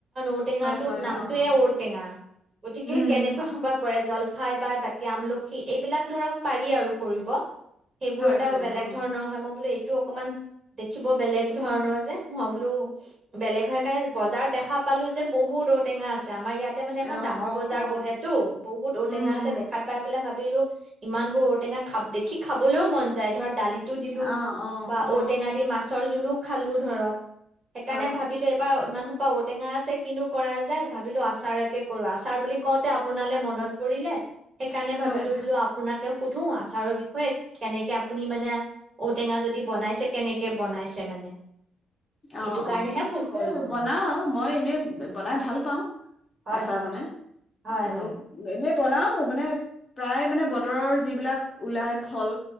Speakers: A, on the right; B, on the left.
A: ঔ-টেঙাটোত
B: হয়, হয়,
A: নামটোৱেই
B: অ',
A: ঔ-টৈঙা, গতিকে
B: উম,
A: কেনেকুৱা হ'ব পাৰে জল ফাই বা বাকী আমলখি, এইবিলাক ধৰক পাৰি আৰু কৰিব সেইবোৰ
B: হয়,
A: এটাও
B: হয়,
A: বেলেগ
B: অ',
A: ধৰণৰ হয়, মই বোলো অকনমান দেখিব বেলেগ ধৰণৰ যে মই বোলো বেলেগ হয় কাৰণে বজাৰত দেখা পালো যে বহুত টেঙা আছে। আমাৰ ইয়াতে মানে এখন
B: অ',
A: ডাঙৰ
B: অ',
A: বজাৰ
B: অ',
A: বহেতটো বহুত ঔ টেঙা
B: উম,
A: আছে
B: উম,
A: দেখাই পাই ভাব ভাবিলো ইমান বোৰ ঔটেঙা খ দেখি খাবলৈও মন যায় ধৰা দালিত টো দিলো
B: অ', অ',
A: বা
B: অ',
A: ঔটেঙা দি মাছ চৰজোলো খালো ধৰক সেইকাৰণে
B: হয়,
A: ভাবিলো এইবাৰ ইমান োপা <unintelligible> ঔটেঙা আছে কিনো কৰা যাই ভাবিলো আচাৰকে কৰো। আচাৰ বুলি কওঁতে আপোনালৈ মনত পৰিলে সেইকাৰণে ভাবিলো
B: হয়,
A: বোলো আপোনাক বোলো সুধো আচাৰৰ বিষয়ে কেনেকে আপুনি মানে ঔটেঙা যদি বনাইছে কেনেকে বনাইছে মানে? সেইটো
B: অ'
A: কাৰণেহে
B: অ'
A: ফোন কৰিলো
B: এ বনাও
A: মই।
B: মই এনেই বনাই ভাল। পাওঁ
A: হয়
B: আচাৰ
A: হয়
B: বনাই
A: হয়
B: আৰু
A: হয়।
B: এনে বনাও মানে প্ৰায় মানে বতৰৰ যিবিলাক ওলাই ফল